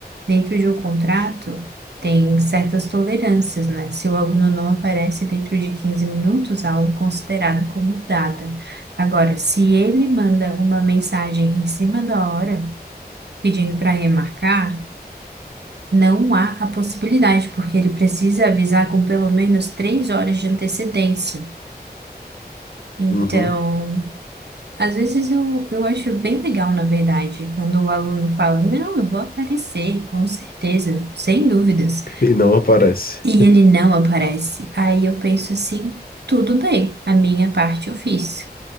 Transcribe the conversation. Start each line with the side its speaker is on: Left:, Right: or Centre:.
Right: dentro de um contrato tem certas tolerâncias, né? Se o aluno não aparece dentro de 15 minutos, a aula é considerada como dada. Agora, se ele manda uma mensagem em cima da hora, pedindo para remarcar, não há a possibilidade, porque ele precisa avisar com pelo menos três horas de antecedência. Então,
Left: Uhum.
Right: às vezes eu, eu acho bem legal, na verdade, quando o aluno fala, não, eu vou aparecer, com certeza, sem dúvidas,
Left: <laughs> E não aparece.
Right: e ele não aparece. Aí eu penso assim, tudo bem, a minha parte eu fiz,